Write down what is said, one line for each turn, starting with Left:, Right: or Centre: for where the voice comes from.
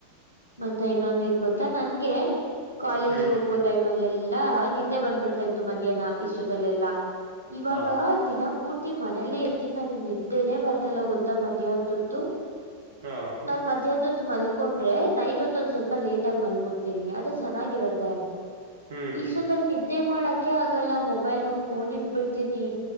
Left: ಮತ್ತೆ ಇನ್ನೊಂದನ್ ಮತ್ತ ನನ್ಗೆ ಕಾಲೇಜ್
Right: ಹ್ಮ್
Left: ಹೋಗ್ಬೋತ ಇ <unintelligible> <unintelligible> ಲೆೆಲ್ಲಾ ನಿದ್ದೆ ಬಂದ್ಬಿಡ್ತಾ ಇತ್ತು ಮಧ್ಯಾಹ್ನ ಇಷ್ಟೊತ್ತಲೆೆಲ್ಲಾ ಇವಾಗ
Right: ಹಾ
Left: ದಿನ ಪೂರ್ತಿ ಮನೇಲ್ಲೇ ಇರ್ತೀನಿ ನನಗ್ ನಿದ್ದೆನನೆ ಬರ್ತಲ್ಲ ಗೊತ್ತಾ ಮದ್ಯಾನೋದೊತು
Right: ಹಾ
Left: ನಾನ್ ಮಧ್ಯಾಹ್ನತ್ ಮಲ್ಕೊಂಡ್ರೆ ನೈಟ್ ಹೊತ್ ಒಂದ್ ಸ್ವಲ್ಪ ಲೇಟ್ <unintelligible> ಮಲ್ಕೊತನಿ ಅದು ಚೆನ್ನಾಗಿರತ್ತೆ
Right: ಹ್ಮ್
Left: ಇಷ್ಟತ್ತಲ್ಲಿ <unintelligible> ಮಾಡಕ ಆಗಲ್ಲ ಮೊಬೈಲ್ ನೋಡ್ಕೊಂಡ್ ಇದ್ಬಿಡ್ತೀನಿ